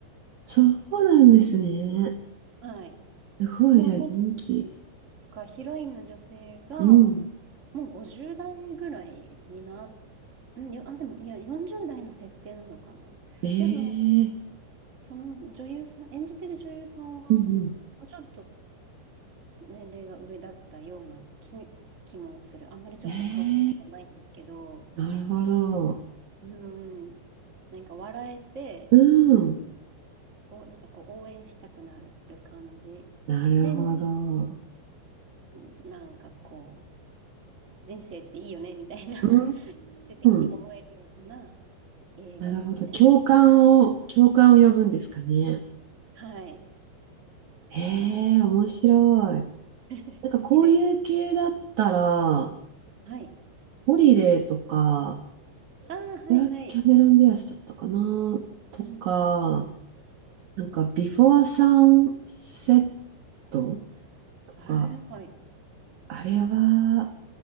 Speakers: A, on the right; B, on the right.
A: そうなんですね。
B: はい。
A: すごい、
B: もう確
A: じゃあ人気。
B: かヒロインの女性が、
A: うん。
B: もう50代ぐらいにな、うん、よ、あ、でも、いや、40代の設定なのかな。
A: ええ
B: でも、その女優さん、演じてる女優さんは、
A: うんう
B: もうちょっと年齢が上だったような気、気もする。あんまりちょっと詳しくはないんですけど、
A: ん。ええなるほど。
B: うん、なんか笑えて、
A: うん。
B: お、なんかこう応援したくなる感じ。
A: なるほど。
B: でも、なんかこう、人生っていいよね、みたいな <laughs>
A: うー
B: 最終的に思えるような
A: ん。
B: 映画ですね。
A: なるほど。共感を、共感を呼ぶんですかね。
B: はい。
A: ええ面白い。
B: 好きです。
A: なんかこういう系だったら、
B: はい。
A: ホリデーとか、
B: ああ、はいはい。
A: いや、キャメロン・ディアスだったかなとか、
B: うんうん。
A: なんか、ビフォー・サンセットとか、
B: えーはい。
A: あれは、